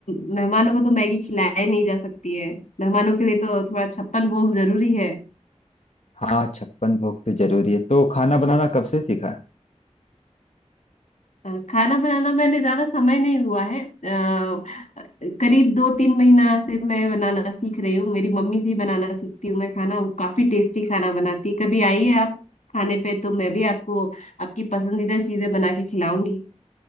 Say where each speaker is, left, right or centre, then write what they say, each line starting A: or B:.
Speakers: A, on the left; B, on the left.
A: म, मेहमानों को तो मैगी खिलाई नहीं जा सकती है मेहमानों के लिए तो थोड़ा छप्पन भोग जरूरी है
B: हाँ छप्पन भोग तो जरूरी है तो खाना बनाना कब से सीखा
A: अ, खाना बनाना मैंने ज्यादा समय नहीं हुआ है अ, करीब दो तीन महीना से मैं बनाना सीख रही हूँ मेरी मम्मी से ही बनाना सीखती हूँ मैं खाना वो काफी टेस्टी खाना बनाती है कभी आइए आप खाने पे तो मैं भी आपको आपकी पसंदीदा चीजें बना के खिलाऊंगी